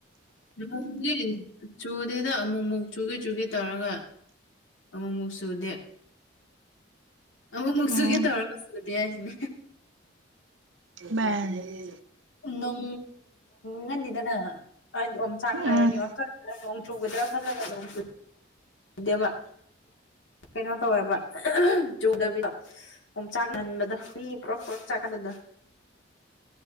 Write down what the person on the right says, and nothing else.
ꯎꯝ
ꯃꯥꯅꯦ
ꯎꯝ